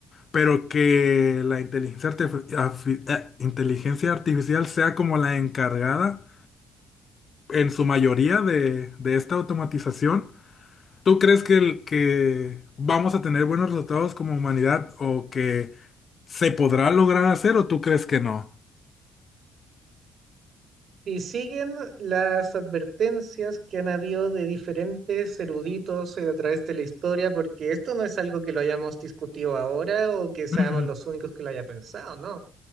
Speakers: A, on the left; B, on the right.
A: pero que la inteligencia, artif- arfi- eh, inteligencia artificial sea como la encargada en su mayoría de, de esta automatización. ¿Tú crees que, el- que vamos a tener buenos resultados como humanidad o que se podrá lograr hacer o tú crees que no?
B: Y siguen las advertencias que han habido de diferentes eruditos eh, a través de la historia, porque esto no es algo que lo hayamos discutido ahora o que seamos
A: Ujú.
B: los únicos que lo haya pensado, ¿no?